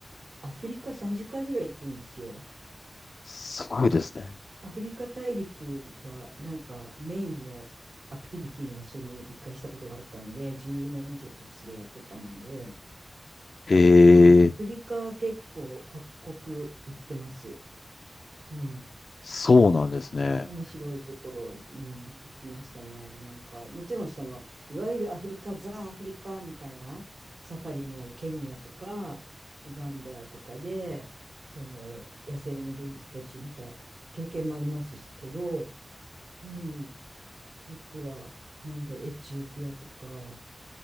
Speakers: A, on the right (about 80°); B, on the left (about 70°).
A: アフリカ30回ぐらい行ってんですよ。
B: すごいですね。
A: アフリカ大陸がなんかメインのアクティビティの場所に一回したことがあったので、10年以上ちょっとそれやってたもんで、
B: へ
A: はい、アフリカ結構各国行ってます。
B: え、
A: うん。
B: そうなんですね。
A: 面白いところ、うん、行きましたね。なんか、もちろんその、いわゆるアフリカ、ザ・アフリカみたいなサファリになるケニアとか、ウガンダとかで、その、野生の動物たちを見た経験もありますけど、うん、あとは、なんだろう、エチオピアとか、